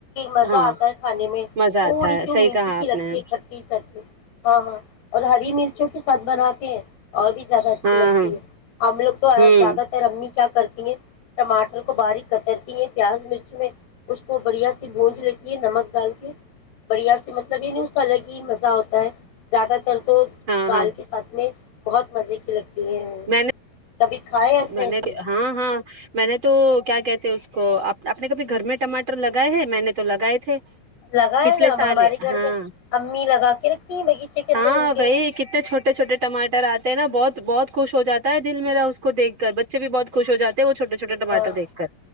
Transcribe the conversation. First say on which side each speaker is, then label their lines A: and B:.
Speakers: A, on the left; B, on the right.
A: مزہ
B: ہاں
A: آتا ہے کھانے میں
B: مزہ
A: تھوڑی
B: آتا ہے
A: سی وہ
B: صحیح
A: میٹھی
B: کہا
A: سی
B: آپ
A: لگتی
B: نے
A: ہے اکھٹی س میں ہاں ہاں اور ہری مرچوں کی سات بنا کے اور بھی زیادہ اچھی
B: ہاں
A: لگتی
B: ہاں
A: ہے ہم لوگ تو
B: ہوں
A: زیادہ تر ہم کیا کرتی ہیں ٹماٹر کو باریک کترتی ہے پیاز مرچ میں اس کو بڑھیا سی بج لیتی ہے نمک ڈال کے بڑھیا سے مطلب یہ نہیں اس کا الگ ہی مزہ ہوتا ہے زیادہ تو
B: ہاں
A: دال
B: ہاں
A: کے ساتھ میں بہت مزے کی لگتی ہے یہ
B: میں نے
A: کبھی کھائے اپنے
B: میں
A: ایسی
B: نے ہاں ہاں میں نے تو کیا کہتے اس کو آپ نے کبھی گھر میں ٹماٹر لگائے ہیں میں نے تو لگائے تھے
A: لگائے
B: پچھلے
A: نا
B: سال
A: ہمارے گھر
B: ہاں
A: میں امی لگا کے رکھتی ہیں باغیچے کے اندر
B: ہاں
A: ان کے
B: بھائی کتنے چھوٹے چھوٹے ٹماٹر آتے ہیں نا بہت بہت خوش ہو جاتا ہے دل میرا اس کو دھ کر بچے بھی بہت خوش ہو جاتے وہ چھوٹے چھوٹے ٹماٹر
A: ہاں
B: دیکھ کر